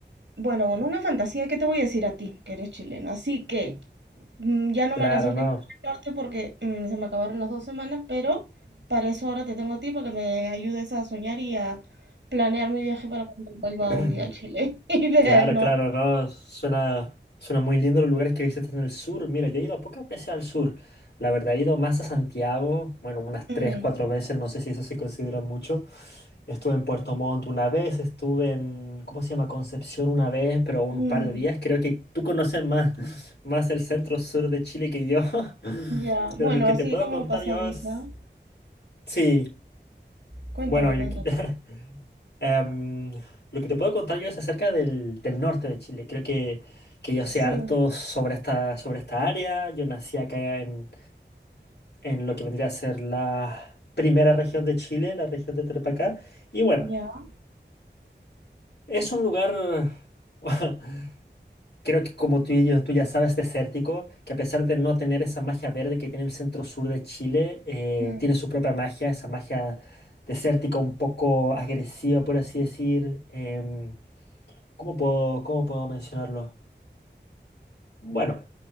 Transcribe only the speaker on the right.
Bueno, bueno, una fantasía, ¿qué te voy a decir a ti, que eres chileno? Así que Mm, Ya no
me alcanzó el
tiempo para ayudarte porque mm, se me acabaron las dos semanas, pero para eso ahora te tengo a ti para que me ayudes a soñar y a planear mi viaje para cuando vuelva
un día a Chile <laughs> y vea
el norte.
Mm,
mm,
ya,
bueno,
así
como
pasadita.
Cuéntame,
cuéntame.
Sí,
ya.
Mm.